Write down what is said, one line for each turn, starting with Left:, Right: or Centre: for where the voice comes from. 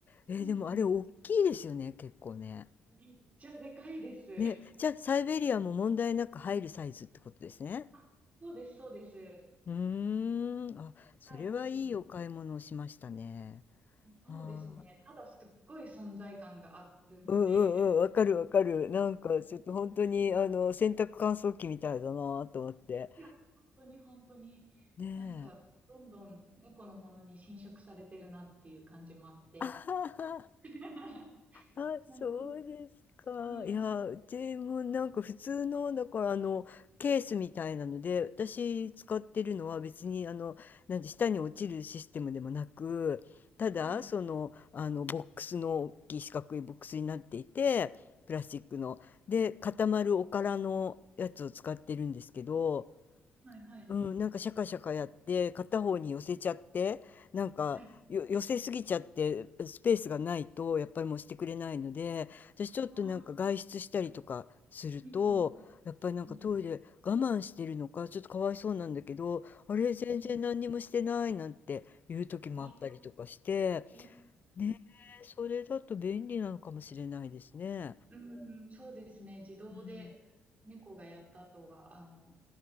Left: えー、
Right: そうなんです。
Left: でもあれおっきいですよね、結構ね。
Right: めっちゃでかいです。
Left: ね、じゃ、あサイベリアも問題なく入るサイズってことですね？
Right: あ、そうです、そうです。
Left: うーん、あ、それはいいお買い物をしましたね。
Right: はい、特に。そうですね。
Left: は
Right: ただすっごい存在感があるので
Left: うんうんうん、わかるわかる。
Right: <laughs>
Left: なんかちょっと本当にあの洗濯乾燥機みたいだなと思って。
Right: いや、本当に本当に、
Left: ねえ。
Right: なんか、どんどん猫のものに侵食されてるなっていう感じもあって。
Left: あはは
Right: <laughs>
Left: あ、
Right: なんか、
Left: そうですか。
Right: うん。
Left: いや、うちもなんか普通の、だからあの、ケースみたいなので、私使ってるのは別にあの、なんて下に落ちるシステムでもなく、ただ、
Right: はい。
Left: その、あの、ボックスの大きい四角いボックスになっていて、プラスチックの。で、固まるおからのやつを使ってるんですけど、
Right: はいはい。
Left: うん、なんかシャカシャカやって片方に寄せちゃってなんかよ寄せすぎちゃってスペースがないとやっぱりもうしてくれないので私ちょっとなんか外出したりとかするとやっぱりなんかトイレ我慢してるのかちょっとかわいそうなんだけどあれ全然何にもしてないなんていう時もあったりとかして
Right: はい。ああ、うん、うん、うん。うんあ、ね
Left: ねえそれだと便利なのかもしれないですね。
Right: うんうん、そうですね。自動で猫がやった後は、
Left: うん
Right: あの、